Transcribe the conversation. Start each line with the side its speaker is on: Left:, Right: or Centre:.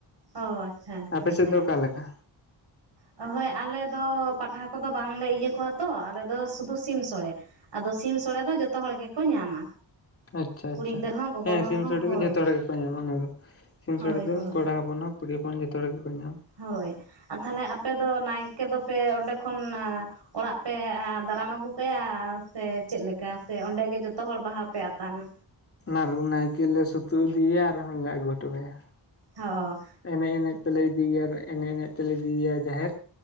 Right: ᱚ ᱟᱪᱪᱷᱟ ᱟᱪᱪᱷᱟ
Left: ᱟᱯᱮ ᱥᱮᱫ
Right: ᱦᱮᱸ
Left: ᱫᱚ ᱚᱠᱟ ᱞᱮᱠᱟ
Right: ᱦᱳᱭ ᱟᱞᱮ ᱫᱚ ᱯᱟᱴᱷᱟ ᱠᱚᱫᱚ ᱵᱟᱝᱞᱮ ᱤᱭᱟᱹ ᱠᱚᱣᱟ ᱛᱚ ᱟᱞᱮ ᱫᱚ ᱥᱩᱫᱩ ᱥᱤᱢ ᱥᱳᱲᱮ ᱟᱫᱚ ᱥᱤᱢ ᱥᱳᱲᱮ ᱫᱚ ᱡᱚᱛᱚ ᱦᱚᱲ ᱜᱮ ᱠᱚ ᱧᱟᱢᱟ
Left: ᱟᱪᱪᱷᱟ
Right: ᱠᱩᱲᱤ
Left: ᱟᱪᱪᱷᱟ
Right: ᱜᱤᱫᱟᱹᱨ ᱦᱚᱸ ᱜᱚᱜᱚ
Left: ᱦᱮᱸ
Right: ᱦᱚᱲ
Left: ᱥᱤᱢ
Right: ᱦᱚᱸ
Left: ᱥᱳᱲᱮ
Right: ᱦᱳᱭ
Left: ᱫᱚ ᱡᱷᱚᱛᱚ ᱦᱚᱲ ᱜᱮ ᱠᱚ ᱧᱟᱢᱟ ᱚᱱᱟ ᱫᱚ ᱥᱤᱢ
Right: ᱦᱳᱭ
Left: ᱥᱚᱲᱮ ᱫᱚ
Right: ᱦᱳᱭ
Left: ᱠᱚᱲᱟ ᱦᱚᱯᱚᱱ ᱦᱚᱸ ᱠᱩᱲᱤ ᱦᱚᱯᱚᱱ ᱡᱚᱛᱚ ᱦᱚᱲ ᱜᱮᱠᱚ ᱧᱟᱢᱟ
Right: ᱦᱳᱭ ᱟᱨ ᱛᱟᱦᱞᱮ ᱟᱯᱮ ᱫᱚ ᱱᱟᱭᱠᱮ ᱫᱚᱯᱮ ᱚᱸᱰᱮ ᱠᱷᱚᱱ ᱚᱲᱟᱜ ᱯᱮ ᱫᱟᱨᱟᱢ ᱟᱹᱜᱩ ᱠᱟᱭᱟ ᱥᱮ ᱪᱮᱫᱞᱮᱠᱟ ᱥᱮ ᱚᱸᱰᱮ ᱜᱮ ᱡᱚᱛᱚ ᱦᱚᱲ ᱵᱟᱦᱟ ᱯᱮ ᱟᱛᱟᱝᱟ
Left: ᱟᱨ ᱱᱟᱭᱠᱮᱞᱞ ᱞᱮ ᱥᱩᱛᱩᱜ ᱤᱫᱤᱭᱮᱭᱟ ᱟᱨ. ᱦᱚᱸ ᱞᱮ ᱟᱹᱜᱩ ᱦᱚᱴᱚᱭᱟ
Right: ᱦᱚ
Left: ᱮᱱᱮᱡ ᱮᱱᱮᱡ ᱛᱮᱞᱮ ᱤᱫᱤᱭᱟ ᱮᱱᱮᱡ ᱮᱱᱮᱡ ᱛᱮᱞᱮ ᱤᱫᱤᱭᱮᱭᱟ ᱡᱟᱦᱮᱸᱨ